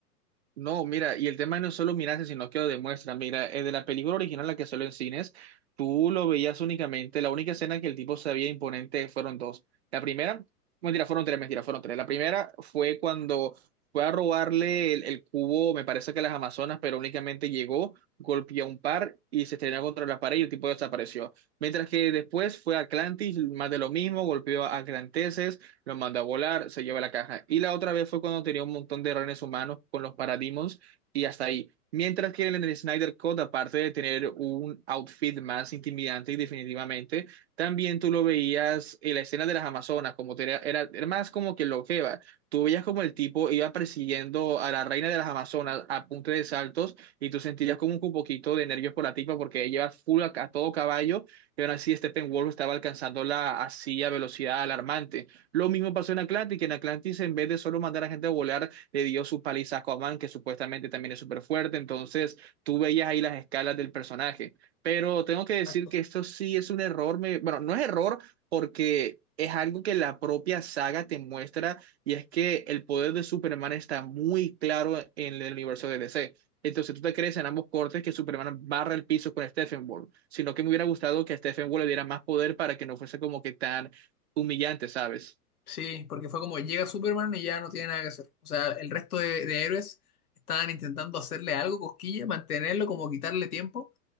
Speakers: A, on the right; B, on the left.
A: No, mira, y el tema no es solo mirarse, sino que lo demuestra. Mira, eh, de la película original, la que salió en cines, tú lo veías únicamente, la única escena que el tipo se veía imponente fueron dos. La primera, mentira, fueron tres, mentira, fueron tres. La primera fue cuando fue a robarle el, el cubo, me parece que a las Amazonas, pero únicamente llegó, golpeó a un par y se estrenó contra la pared y el tipo desapareció. Mientras que después fue a Atlantis, más de lo mismo, golpeó a Atlantes lo manda a volar, se lleva la caja. Y la otra vez fue cuando tenía un montón de renes humanos con los Parademons y hasta ahí. Mientras que en el Snyder Cut, aparte de tener un outfit más intimidante y definitivamente, también tú lo veías en la escena de las Amazonas, como te- era, era más como que lo que va. Tú veías como el tipo iba persiguiendo a la reina de las Amazonas a punta de saltos y tú sentías como un poquito de nervios por la tipa porque ella iba full a, a todo caballo y aún así Steppenwolf estaba alcanzándola así a velocidad alarmante. Lo mismo pasó en Atlantis, que en Atlantis en vez de solo mandar a gente a volar, le dio su paliza a Aquaman, que supuestamente también es súper fuerte, entonces tú veías ahí las escalas del personaje. Pero tengo que decir
B: Exacto.
A: que esto sí es un error, me... bueno, no es error porque es algo que la propia saga te muestra y es que el poder de Superman está muy claro en el universo de DC. Entonces tú te crees en ambos cortes que Superman barra el piso con Steppenwolf, sino que me hubiera gustado que a Steppenwolf le diera más poder para que no fuese como que tan humillante, ¿sabes?
B: Sí, porque fue como llega Superman y ya no tiene nada que hacer. O sea, el resto de, de héroes estaban intentando hacerle algo, cosquilla, mantenerlo, como quitarle tiempo.